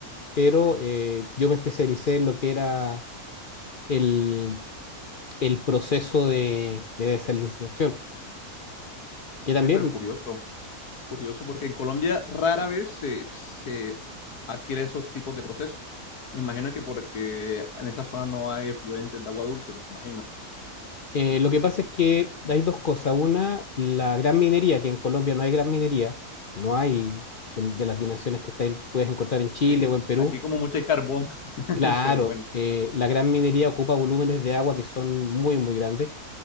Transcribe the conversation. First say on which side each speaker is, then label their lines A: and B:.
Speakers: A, on the left; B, on the left.
A: pero eh, yo me especialicé en lo que era el, el proceso de, de desalinización, que
B: Ve,
A: también
B: pero curioso, Curioso, porque en Colombia rara vez se, se adquiere esos tipos de procesos. Me imagino que porque en esa zona no hay efluentes de agua dulce, me imagino.
A: eh, lo que pasa es que hay dos cosas. Una, la gran minería, que en Colombia no hay gran minería, no hay de, de las dimensiones que está en- puedes encontrar en Chile
B: Sí,
A: o en Perú,
B: aquí como mucho hay carbón, <laughs>
A: Claro,
B: pero bueno.
A: eh, la gran minería ocupa volúmenes de agua que son muy, muy grandes